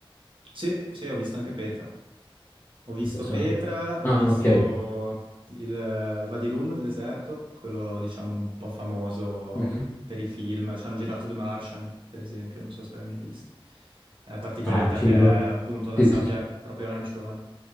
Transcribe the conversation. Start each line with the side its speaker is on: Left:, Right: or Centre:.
Right: Sì, sì, ho visto anche Petra. Ho visto
Left: Non so.
Right: Petra, ho
Left: Ah,
Right: visto
Left: ok.
Right: il il Vadirum, il deserto, quello diciamo un po' famoso
Left: Mhm.
Right: per i film. Ci hanno girato The Martian, per esempio, non so se l'hai mai visto. La particolarità
Left: Ah, figo.
Right: che è appunto la
Left: Sì,
Right: sabbia
Left: sì, sì.
Right: è proprio arancione.